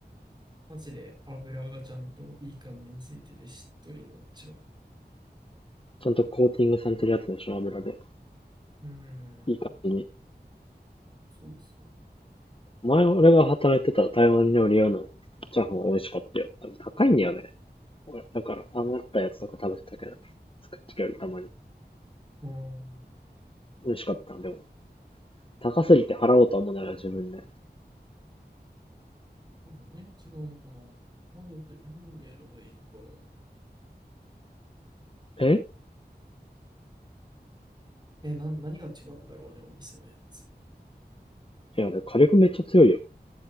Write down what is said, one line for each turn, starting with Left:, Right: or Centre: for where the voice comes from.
Right: マジで油がちゃんといい感じについててしっとりのチャーハ
Left: ちゃんとコーティングされてるやつでしょ、油で。
Right: ン。うー
Left: いい感じに。
Right: ん。そうそう。
Left: 前俺が働いてた台湾料理屋のチャーハンは美味しかったよ。多分高いんだよね。だから、余ったやつとか食べてたけど、作ってくれるたまに。
Right: うーん。
Left: 美味しかった。でも、高すぎて払おうとは思うなら自分で。
Right: あ何が違うのかなラードで、ラードでやればいいのかな
Left: え
Right: え、な、何が違うんだろうね、お店のやつ。
Left: いや、火力めっちゃ強いよ。